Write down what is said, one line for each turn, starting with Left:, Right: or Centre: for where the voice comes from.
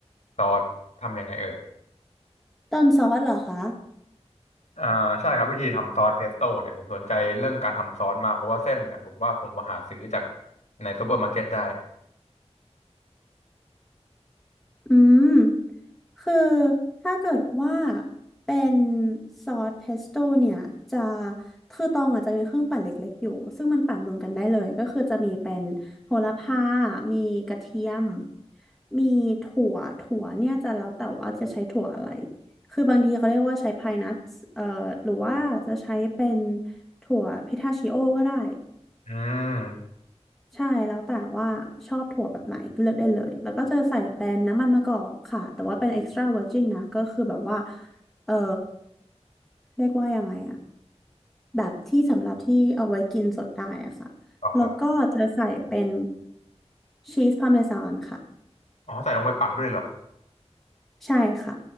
Left: ซอสทำยังไงเอ่ย
Centre: ต้นซอสเหรอคะ
Left: อ่าใช่ครับวิธีทำซอสเพสโต้เนี่ยผมสนใจเรื่องการทำซอสมากเพราะว่าเส้นเนี่ยผมว่าผมมาหาซื้อจากในซูเปอร์มาร์เก็ตได้
Centre: อืม คือถ้าเกิดว่าเป็นซอสเพสโต้เนี่ยจะคือตองอาจจะมีเครื่องปั่นเล็กๆอยู่ซึ่งมันปั่นรวมกันได้เลยก็คือจะมีเป็นโหระพามีกระเทียมมีถั่วถั่วเนี่ยจะแล้วแต่ว่าจะใช้ถั่วอะไรคือบางทีเขาเรียกว่าใช้พายนัทเอ่อหรือว่าจะใช้เป็นถั่วพิทาชิโอก็ได้
Left: อืม
Centre: ใช่แล้วแต่ว่าชอบถั่วแบบไหนเลือกได้เลยแล้วก็จะใส่เป็นน้ำมันมะกอกค่ะแต่ว่าเป็น extra virgin นะก็คือแบบว่าเออเรียกว่ายังไงอะแบบที่สำหรับที่เอาไว้กินสดได้อะค่ะแล้วก็จะใส่เป็น
Left: อ๋อครับ
Centre: ชีสพาร์เมซานค่ะ
Left: อ๋อใส่ลงไปปั่นด้วยเหรอ
Centre: ใช่ค่ะ